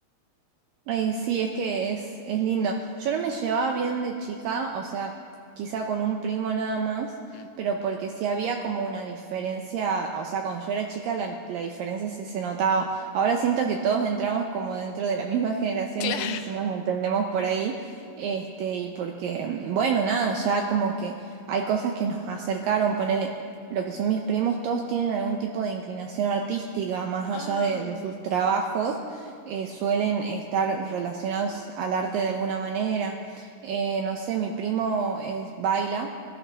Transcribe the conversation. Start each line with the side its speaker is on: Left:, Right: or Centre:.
Right: Eh, sí, es que es, es lindo. Yo no me llevaba bien de chica, o sea, quizá con un primo nada más,
Left: Mm,
Right: pero porque sí había como una diferencia, o sea, cuando yo era chica la, la diferencia sí se notaba. Ahora siento que todos entramos como dentro de la misma <laughs> generación,
Left: Claro.
Right: entonces sí
Left: <laughs>
Right: nos entendemos por ahí, este, y porque, mm, bueno, nada, ya como que hay cosas que nos acercaron, ponele. Lo que son mis primos, todos tienen algún tipo de inclinación artística, más
Left: Ah,
Right: allá de de sus trabajos eh, suelen estar relacionados al arte de alguna manera. Eh, no sé, mi primo es, baila